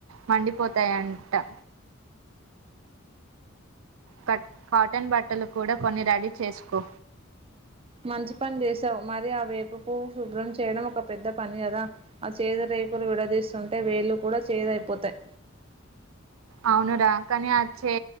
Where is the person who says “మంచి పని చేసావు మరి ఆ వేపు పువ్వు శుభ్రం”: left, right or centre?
Right